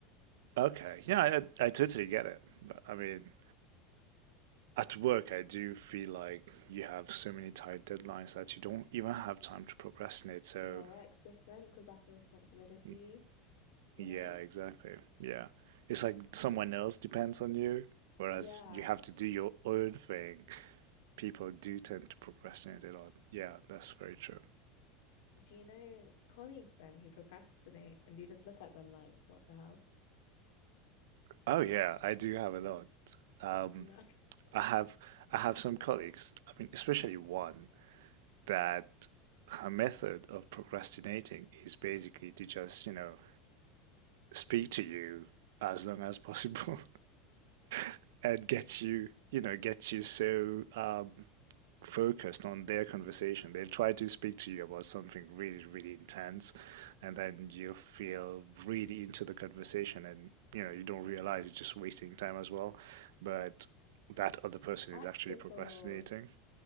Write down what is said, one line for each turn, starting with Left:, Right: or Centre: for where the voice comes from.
Right: Okay, yeah, I, I totally get it. But I mean, at work, I do feel like you have so many tight deadlines that you don't even have time to procrastinate. So.
Left: Yeah, work's different because that's a responsibility,
Right: Y-
Left: you
Right: Yeah,
Left: know?
Right: exactly. Yeah. It's like someone else depends on you, whereas
Left: Yeah.
Right: you have to do your own thing. People do tend to procrastinate a lot. Yeah, that's very true.
Left: Do you know colleagues then who procrastinate and you just look at them like, what the hell?
Right: Oh yeah, I do have a lot. Um,
Left: No.
Right: I have I have some colleagues, I mean, especially one that her method of procrastinating is basically to just, you know, speak to you as long as possible <laughs> and get you, you know, get you so um focused on their conversation. They'll try to speak to you about something really, really intense, and then you feel really into the conversation, and you know, you don't realize you're just wasting time as well. But that other
Left: <laughs>
Right: person
Left: Tactical.
Right: is actually procrastinating.